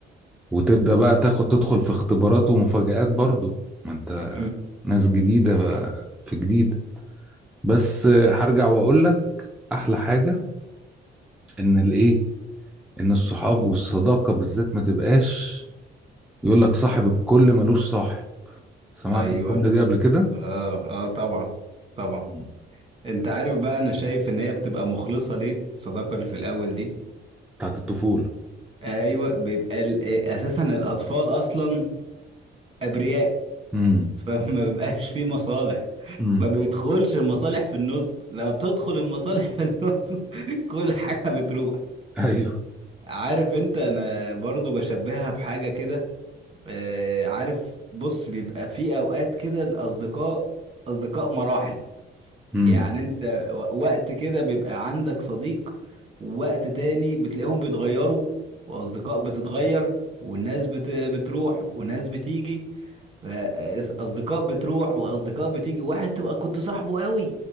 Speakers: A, in the centre; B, on the right.
A: وتبدأ بقى تاخد تدخل في اختبارات ومفاجآت برضو ما أنت
B: مم.
A: ناس جديدة ف- في جديد بس هرجع وأقول لك أحلى حاجة إن الإيه إن الصحاب والصداقة بالذات ما تبقاش يقول لك صاحب الكل ملوش صاحب سمعت
B: ايوه
A: الجملة دي قبل كده
B: اه اه طبعا طبعا
A: مم.
B: انت عارف بقى انا شايف ان هي بتبقى مخلصة ليه الصداقة اللي في الاول دي
A: بتاعت الطفولة
B: ايوه بيبقى ال- آه، اساسا الاطفال اصلا ابرياء
A: امم
B: <laughs> فما بيبقاش فيه مصالح
A: امم
B: ما بيدخلش المصالح في النص لما بتدخل المصالح في النص <laughs> كل حاجة بتروح
A: ايوه
B: عارف انت انا برضو بشبهها بحاجة كده آه، عارف بص بيبقى في اوقات كده الاصدقاء اصدقاء مراحل
A: امم
B: يعني انت و- وقت كده بيبقى عندك صديق ووقت تاني بتلاقيهم بيتغيروا واصدقاء بتتغير والناس بت... بتروح وناس بتيجي ف- اصدقاء بتروح واصدقاء بتيجي واحد تبقى كنت صاحبه قوي